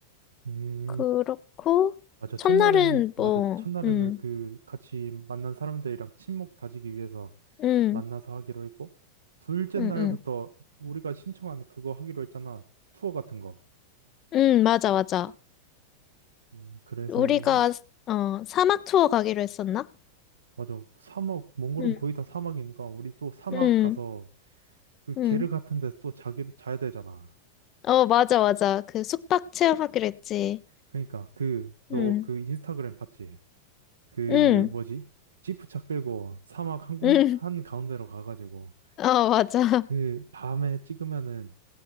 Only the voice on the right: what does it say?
음,
맞아. 첫날은,
맞아.
첫날에는
그 같이 만난 사람들이랑 친목 다지기 위해서
만나서 하기로 했고, 둘째
날부터
우리가 신청한 그거 하기로 했잖아. 투어 같은 거.
음, 그래서,
우-
맞아. 사막, 몽골은
거의 다 사막이니까, 우리 또 사막
가서 그
게르 같은 데서 또 자기, 자야 되잖아.
그러니까, 그, 너
그 인스타그램 봤지? 그,
뭐지? 지프차 끌고 사막 한 군,
한 가운데로 가가지고,
그, 밤에 찍으면은,